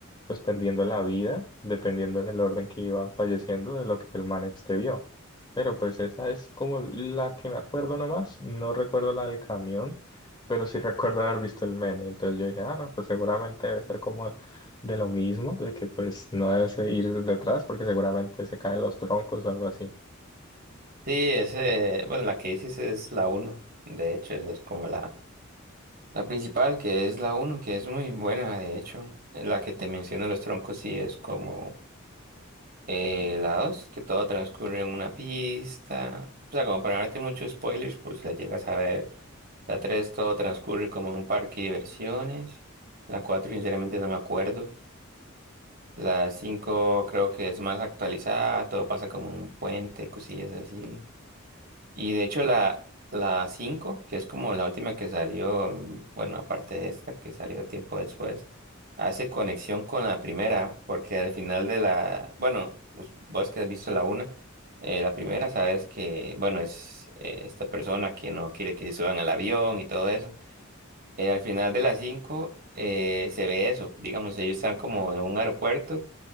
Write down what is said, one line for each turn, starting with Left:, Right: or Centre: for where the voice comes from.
Left: pues perdiendo la vida, dependiendo en el orden que iban falleciendo de lo que el man este vio. Pero pues esa es como la que me acuerdo nomás, no recuerdo la del camión pero sí recuerdo haber visto el meme, entonces yo dije, ah, no, pues seguramente debe ser como de lo mismo, de que pues no debes ir detrás porque seguramente se caen los troncos o algo así.
Right: Sí, ese, bueno, la que dices es la uno, de hecho, esa es como la La principal, que es la uno que es muy buena, de hecho, la que te menciono los troncos, sí es como eh, la 2 que todo transcurre en una pista. O sea, como para no darte muchos spoilers, pues la llegas a ver. La 3 todo transcurre como en un parque de diversiones. La 4 sinceramente, no me acuerdo. La 5 creo que es más actualizada, todo pasa como en un puente, cosillas así. Y de hecho la, la 5 que es como la última que salió, mm, bueno, aparte de esta que salió tiempo después, hace conexión con la primera, porque al final de la, bueno, us- vos que has visto la una, eh, la primera sabes que, bueno, es eh, esta persona que no quiere que se suban al avión y todo eso. Eh, al final de la 5 eh, se ve eso, digamos, ellos están como en un aeropuerto